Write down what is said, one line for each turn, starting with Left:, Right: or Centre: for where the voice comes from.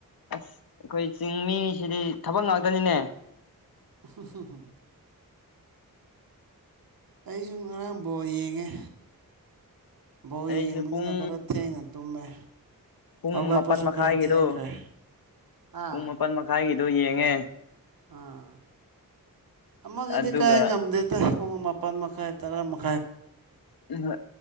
Left: ꯑꯁ ꯑꯩꯈꯣꯏ ꯆꯤꯡ ꯃꯤꯁꯤꯗꯤ ꯊꯕꯛ ꯉꯥꯛꯇꯅꯤꯅꯦ
Right: ꯍꯝ ꯑꯩꯁꯨ ꯉꯔꯥꯡ ꯕꯣꯜ ꯌꯦꯡꯉꯦ ꯕꯣꯜ
Left: ꯑꯩꯁꯨ
Right: ꯌꯦꯡꯕꯅꯤꯅ
Left: ꯄꯨꯡ
Right: ꯈꯔ ꯊꯦꯡꯅ ꯇꯨꯝꯃꯦ
Left: ꯄꯨꯡ
Right: ꯍꯧꯒꯠꯄꯁꯨ
Left: ꯃꯥꯄꯜ ꯃꯈꯥꯏꯒꯤꯗꯣ
Right: ꯈꯔ ꯊꯦꯡꯈ꯭ꯔꯦ ꯑꯥ
Left: ꯄꯨꯡ ꯃꯥꯄꯜ ꯃꯈꯥꯏꯒꯤꯗꯣ ꯌꯦꯡꯉꯦ
Right: ꯑꯥ ꯑꯃꯒꯤꯗꯤ
Left: ꯑꯗꯨꯒ
Right: ꯀꯥꯏ ꯉꯝꯗꯦꯗ ꯄꯨꯡ ꯃꯥꯄꯜ ꯃꯈꯥꯏ ꯇꯔꯥ ꯃꯥꯈꯥꯏ
Left: ꯎꯝ ꯍꯣꯏ